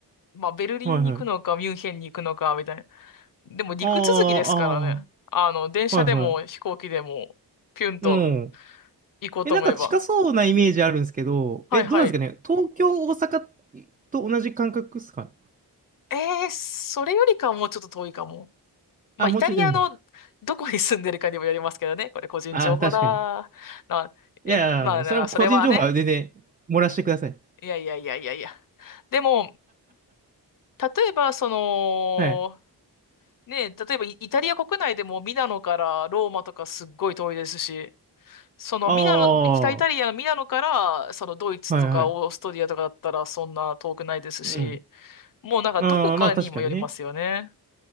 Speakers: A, on the left; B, on the right.
A: まあ、ベルリンに行くのか、
B: はいはい。
A: ミュンヘンに行くのか、みたいな。でも、陸続きですからね。
B: ああ、
A: あの、電車でも飛行機でも、
B: ああ、はいはい。
A: ピュンと
B: うん。
A: 行こうと思えば。
B: え、なんか近そうなイメージあるんですけど、
A: はいはい。
B: え、どうなんですかね。東京、大阪と同じ感覚ですか
A: えー、それよりかはもうちょっと遠いかも。まあ、
B: あ、もうちょいといいんだ。
A: イタリアのどこに住んでるかにもよりますけどね。これ個人情報だ。
B: ああ、確かに。
A: な、
B: いや、
A: え、まあ、なそれはね。
B: それは個人情報は全然漏らしてください。
A: いやいやいやいやいや。でも、例えば、その、
B: はい。
A: ね、例えばイイタリア国内でもミラノからローマとかすっごい遠いですし、そのミラノ、
B: ああ、
A: 北イタリアのミラノから、
B: は
A: そのドイツとかオーストリアとかだったらそんな遠くないですし、
B: いはい。うん。
A: もうなんかどこかにもよりますよね。
B: あーまあ確かにね。